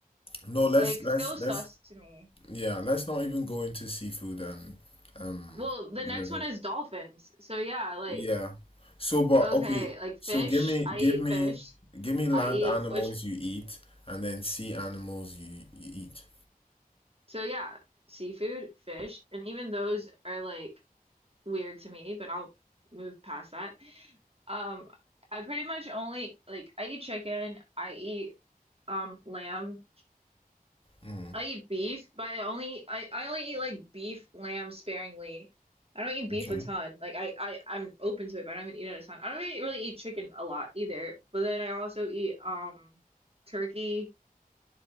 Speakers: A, on the left; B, on the right.
A: No, let's
B: like
A: let's
B: still sus
A: let's
B: to me.
A: yeah, let's not even go into seafood and um
B: Well, the
A: river.
B: next one is dolphins. So yeah, like
A: Yeah. So, but
B: Okay,
A: okay.
B: like
A: So
B: fish.
A: give me,
B: I
A: give
B: eat
A: me,
B: fish.
A: give me land
B: I eat
A: animals
B: which
A: you eat, and then sea animals you you eat.
B: so yeah, seafood, fish, and even those are like weird to me, but I'll move past that. Um, I pretty much only like I eat chicken, I eat um lamb.
A: Mm.
B: I eat beef, but I only I, I only eat like beef, lamb sparingly. I don't eat beef
A: Okay.
B: a ton. Like I, I I'm open to it, but I don't eat it a ton. I don't really, really eat chicken a lot either. But then I also eat um turkey.